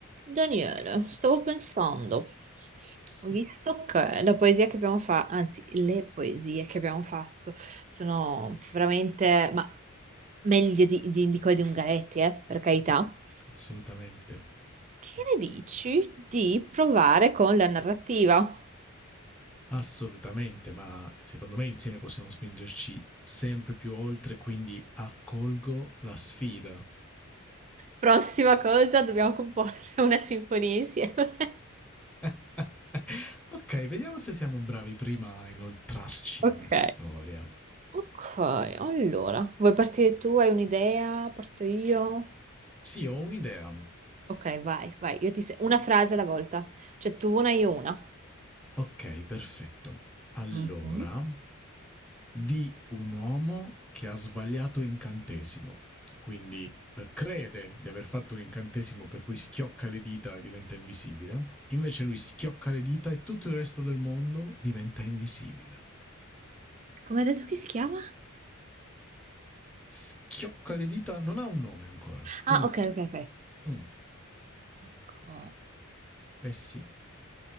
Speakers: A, on the right; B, in the centre.
A: Daniele, stavo pensando,
B: Sì,
A: visto che la poesia che abbiamo fatto, anzi, le poesie che abbiamo fatto sono veramente, ma meglio di, di, di quelle di Ungaretti, eh, per carità,
B: assolutamente.
A: che ne dici di provare con la narrativa?
B: Assolutamente, ma secondo me insieme possiamo spingerci sempre più oltre, quindi accolgo la sfida.
A: Prossima cosa, dobbiamo comporre una sinfonia insieme. <laughs>
B: <laughs> ok, vediamo se siamo bravi prima a inoltrarci
A: Ok.
B: in una storia.
A: Ok, allora, vuoi partire tu? Hai un'idea? Parto io?
B: Sì, ho un'idea.
A: Ok, vai, vai. Io ti se- Una frase alla volta. Cioè tu una, io una.
B: Ok, perfetto. Allora,
A: Mhm.
B: di un uomo che ha sbagliato incantesimo, quindi eh, crede di aver fatto un incantesimo per cui schiocca le dita e diventa invisibile, invece lui schiocca le dita e tutto il resto del mondo diventa invisibile.
A: Come hai detto che si chiama?
B: Schiocca le dita non ha un nome ancora. Tu?
A: Ah, ok, ok, ok.
B: Mm,
A: Ok.
B: Eh sì,